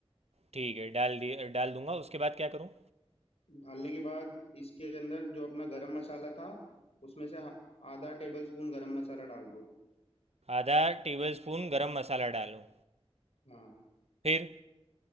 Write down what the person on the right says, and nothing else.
ठीक है डाल दिए डाल दूंगा उसके बाद क्या करूँ
आधा टेबल स्पून गरम मसाला डालूँ
फिर